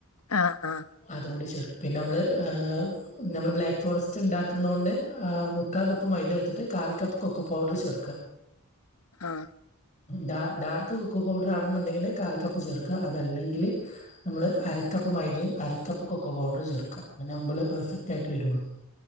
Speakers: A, on the left; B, on the left.
A: ആഹ് ആ
B: അതുകൂടി ചേർക്ക പിന്നെ നമ്മള് ഏ ഹ് നമ്മള് ബ്ലാക്ക് ഫോറസ്റ്റ് ഉണ്ടാക്കുന്നൊണ്ട് ആഹ് മുക്കാൽ കപ്പ് മൈദ എടുത്തിട്ട് കാൽ കപ്പ് കൊക്കോ പൗഡർ ചേർക്ക.
A: ആഹ്.
B: ഡാ ഡാർക്ക് കൊക്കോ പൗഡറാണെന്നുണ്ടെങ്കില് കാൽ കപ്പ് ചേർക്ക അതല്ലെങ്കില് നമ്മള് അരക്കപ്പ് മൈ അരക്കപ്പ് കൊക്കോ പൗഡറ് ചേർക്കാ. അങ്ങനെയാകുമ്പള് പെർഫെക്റ്റായിട്ട് വരൊള്ളൂ.